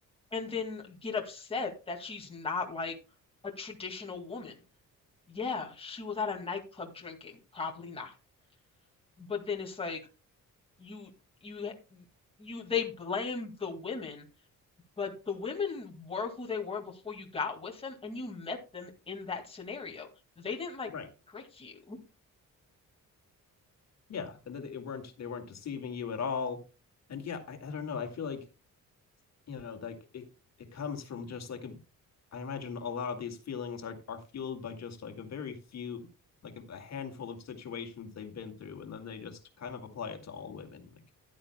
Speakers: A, on the left (about 15°); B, on the left (about 55°).
A: and then get upset that she's not like a traditional woman. Yeah, she was at a nightclub drinking. Probably not. But then it's like, you you you they blame the women, but the women were who they were before you got with them and you met them in that scenario. They didn't like
B: right
A: trick you.
B: yeah and they weren't they weren't deceiving you at all and yeah I, I don't know i feel like you know like it it comes from just like a i imagine a lot of these feelings are are fueled by just like a very few like a, a handful of situations they've been through and then they just kind of apply it to all women like